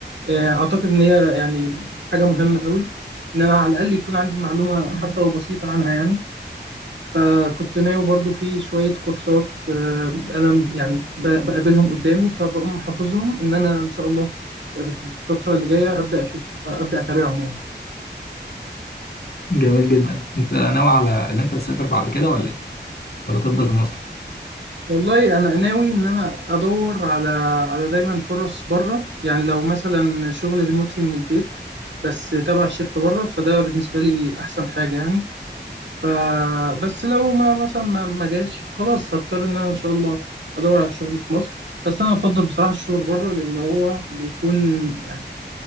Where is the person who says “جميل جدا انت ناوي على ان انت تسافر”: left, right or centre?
Left